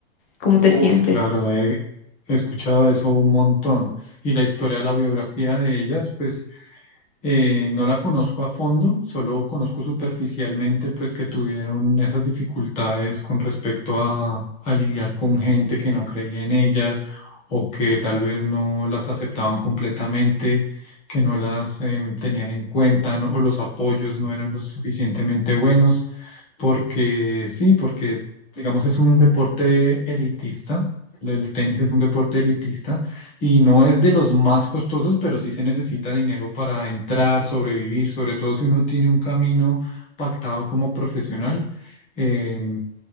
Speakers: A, on the left (about 50°); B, on the left (about 20°).
A: cómo te
B: Uf,
A: sientes.
B: claro, he, he escuchado de eso un montón. Y la historia, la biografía de ellas, pues eh, no la conozco a fondo, solo conozco superficialmente, pues que tuvieron esas dificultades con respecto a, a lidiar con gente que no creía en ellas o que tal vez no las aceptaban completamente, que no las em, tenían en cuenta, ¿no? O los apoyos no eran lo suficientemente buenos. Porque sí, porque digamos, es un deporte elitista. El tenis es un deporte elitista y no es de los más costosos, pero sí se necesita dinero para entrar, sobrevivir, sobre todo si uno tiene un camino pactado como profesional, eh,